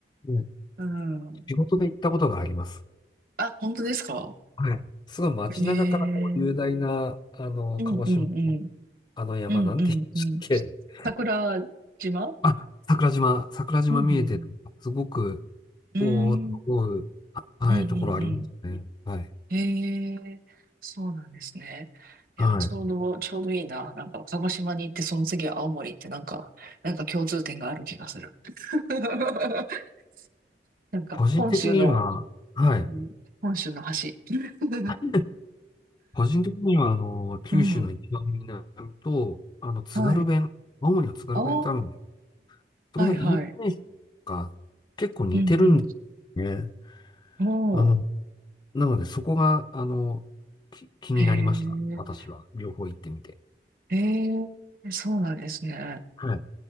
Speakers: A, on the left; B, on the right.
A: うん
B: うん。
A: 仕事で行ったことがあります。
B: あ、本当ですか
A: はい。すごい街中からこう雄大な、
B: ええ
A: あの、
B: うんうんうん。
A: 鹿児島のあの山、
B: うんうんうん。
A: なんて言うんでしたっけ
B: 桜島
A: <laughs> あ、桜島、桜島見えてる、
B: うんうんうん。
A: すごく、
B: うん。
A: おおと思う、はい、
B: うんうんうん。
A: ところありますね。はい。
B: へえ、そうなんですね。いや、
A: はい。
B: ちょうど、ちょうどいいな。なんか、鹿児島に行って、その次は青森ってなんか、なんか共通点がある気がする。<laughs> なんか、
A: 個人的には、
B: 本州の、
A: はい。
B: うん本州の橋 <laughs>
A: <laughs> 個人的には、あの、九州の一番南と、
B: うん。
A: あの、津軽弁、
B: はい。
A: 青森の津軽弁ってあるんです。
B: ああ、
A: それがイントネーションが結構似てるんです
B: はいはい。うん
A: ね。
B: うん。
A: あの、
B: お
A: なので、そこが、あの、き気になりました。
B: ー、へ
A: 私は。
B: え。
A: 両方行ってみて。
B: ええ、そうなんですね。
A: はい。